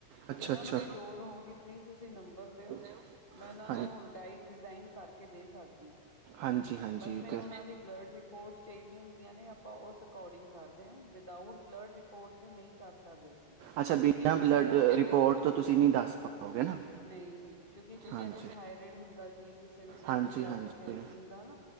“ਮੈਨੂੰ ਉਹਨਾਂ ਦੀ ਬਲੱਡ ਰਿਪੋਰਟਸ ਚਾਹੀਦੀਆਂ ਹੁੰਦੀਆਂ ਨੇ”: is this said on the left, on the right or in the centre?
Left